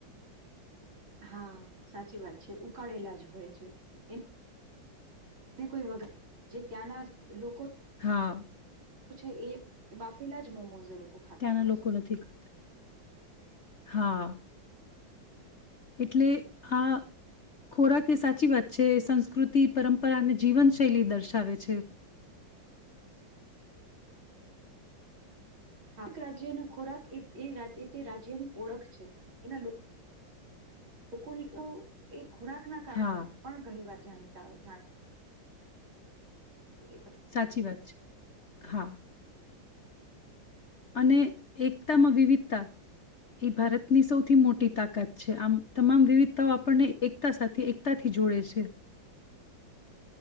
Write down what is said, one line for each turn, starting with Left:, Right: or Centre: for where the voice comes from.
Right: હા સાચી વાત છે, ઉકાળેલા જ હોય છે એ કોઈ વગર જે ત્યાંના જ લોકો
Left: હા.
Right: છે એ બાફેલા જ મોમોઝ એ લોકો ખાતા
Left: ત્યાંના
Right: હોય
Left: લોકો
Right: છે.
Left: નથી કરતા. હા. એટલે આ ખોરાક એ સાચી વાત છે, એ સંસ્કૃતિ, પરંપરા અને જીવનશૈલી દર્શાવે છે.
Right: હ એક રાજ્યનો ખોરાક એ તે રાજ્યની ઓળખ છે એના લો લોકો ની ઉ એક ખોરાક ના કારણે
Left: હા
Right: પણ ઘણી વાર જાણી ત જાણ એ
Left: સાચી વાત છે હા અને એકતામાં વિવિધતા એ ભારતની સૌથી મોટી તાકાત છે આમ તમામ વિવિધતાઓ આપણને એકતા સાથે એકતાથી જોડે છે